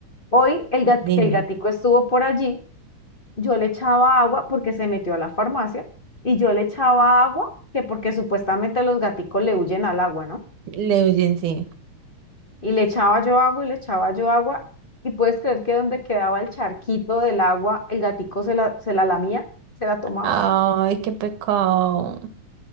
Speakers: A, on the left; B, on the right.
A: Hoy el gat-
B: Dime,
A: que el gatico estuvo por allí yo le echaba agua porque se metió a la farmacia y yo le echaba agua que porque supuestamente los gaticos le huyen al agua, ¿no?
B: le oyen sí.
A: Y le echaba yo agua y le echaba yo agua y puedes creer que donde quedaba el charquito del agua, el gatico se la, se la lamía, se la tomaba.
B: Ay, qué pecado.